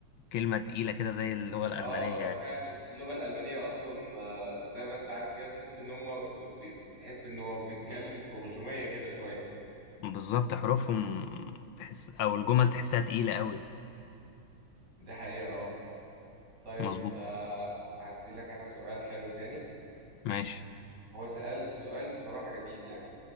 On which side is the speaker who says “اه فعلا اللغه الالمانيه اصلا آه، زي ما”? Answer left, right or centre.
Right